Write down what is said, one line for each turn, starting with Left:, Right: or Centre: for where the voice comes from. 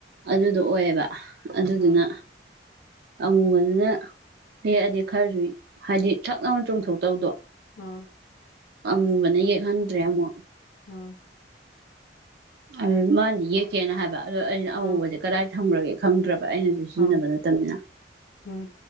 Right: ꯑꯗꯨꯗꯣ ꯑꯣꯏꯌꯦꯕ ꯑꯗꯨꯗꯨꯅ
Left: ꯎꯝ
Right: ꯑꯃꯨꯕ ꯑꯗꯨꯅ ꯍꯦꯛꯑꯗꯤ ꯈꯔꯁꯨ ꯍꯥꯏꯗꯤ ꯁꯥꯛ ꯂꯥꯎꯅ ꯆꯣꯡꯊꯣꯛꯇꯕꯗꯣ
Left: ꯑꯝ
Right: ꯑꯃꯨꯕꯅ ꯌꯦꯛꯍꯟꯗ꯭ꯔꯦ ꯑꯃꯨꯛ
Left: ꯎꯝ
Right: ꯑꯗꯨ ꯃꯥꯅꯗꯤ ꯌꯦꯛꯀꯦꯅ ꯍꯥꯏꯕ ꯑꯗꯣ ꯑꯩꯅ
Left: ꯎꯝ
Right: ꯑꯉꯕꯁꯦ ꯀꯗꯥꯏ ꯊꯝꯈ꯭ꯔꯒꯦ ꯈꯪꯗ꯭ꯔꯕ ꯑꯩꯅꯁꯨ ꯁꯤꯖꯤꯟꯅꯕ
Left: ꯎꯝ
Right: ꯅꯠꯇꯕꯅꯤꯅ
Left: ꯎꯝ